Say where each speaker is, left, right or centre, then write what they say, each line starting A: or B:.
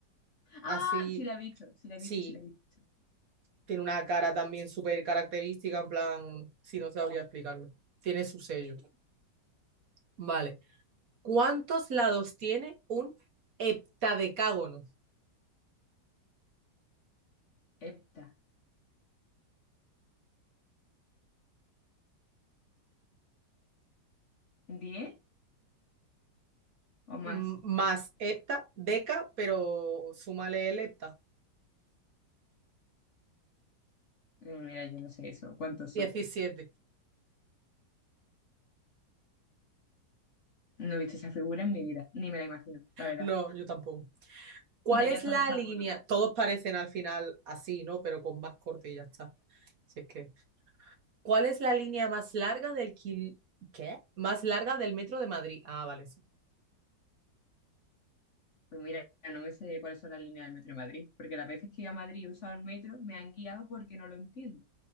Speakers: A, on the left (about 50°); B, on the right (about 55°).
A: Ah,
B: Así,
A: sí la he visto, sí la he
B: sí,
A: visto, sí la he visto.
B: tiene una cara también súper característica, en plan, si no sabría explicarlo. Tiene su sello. Vale. ¿Cuántos lados tiene un heptadecágono?
A: Epta, ¿diez o más?
B: M- Más hepta, deca, pero súmale el hepta.
A: Mm, Mira, yo no sé eso, ¿cuántos
B: diecisiete
A: son? No he visto esa figura en mi vida, ni me la imagino, la verdad.
B: No, yo tampoco. ¿Cuál
A: Llegué
B: es
A: hasta
B: la
A: los tacones.
B: línea? Todos parecen al final así, ¿no? Pero con más corte y ya está. Si es que. ¿Cuál es la línea más larga del kil... ¿Qué? Más larga del metro de Madrid. Ah, vale, sí.
A: Pues mira, no me sé cuáles son las líneas del metro de Madrid, porque las veces que he ido a Madrid y he usado el metro me han guiado porque no lo entiendo.